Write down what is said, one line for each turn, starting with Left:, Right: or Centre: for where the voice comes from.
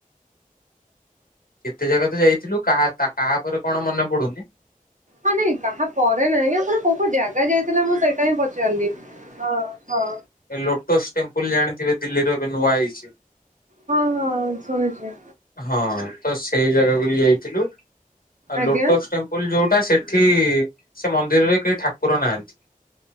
Left: କେତେ ଜାଗା ତ ଯାଇଥିଲୁ, କାହା ତା କାହା ପରେ କଣ ମନେ ପଡୁନି।
Right: ହଁ ନାଇଁ କାହା ପରେ ନାଇଁ ଆପଣ କୋଉ-କୋଉ ଜାଗା ଯାଇଥିଲେ ମୁଁ ସେଇଟା ହିଁ ପ ଚାର୍ଲି, ହଁ-ହଁ।
Left: ଏ ଲୋଟସ୍ ଟେମ୍ପୁଲ୍ ଜାଣିଥିବେ ଦିଲ୍ଲୀର ଏବେ ନୂଆ ହେଇଚି।
Right: ହଁ-ହଁ ଶୁଣିଚି।
Left: ହଁ ତ ସେଇ ଜାଗାକୁ ବି ଯାଇଥିଲୁ, ଆଉ
Right: ଆଜ୍ଞା
Left: ଲୋଟସ୍ ଟେମ୍ପ ପୁଲ୍ ଯୋଉଟା ସେଠି ସେ ମନ୍ଦିରରେ କେହି ଠାକୁର ନାହାନ୍ତି।